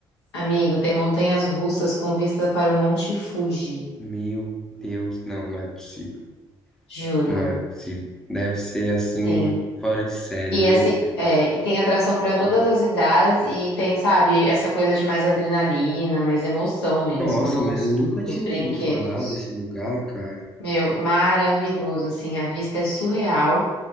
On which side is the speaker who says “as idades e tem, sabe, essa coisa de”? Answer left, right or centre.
Left